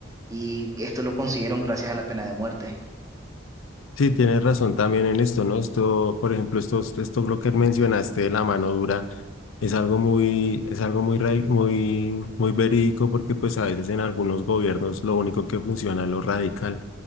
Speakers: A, on the right (about 15°); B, on the left (about 90°).
A: y esto lo consiguieron gracias a la pena de muerte.
B: Sí, tienes razón también en esto, ¿no? Esto, por ejemplo, esto, esto lo que mencionaste de la mano dura. Es algo muy, es algo muy, rai- muy, muy verídico porque pues a veces en algunos gobiernos lo único que funciona es lo radical.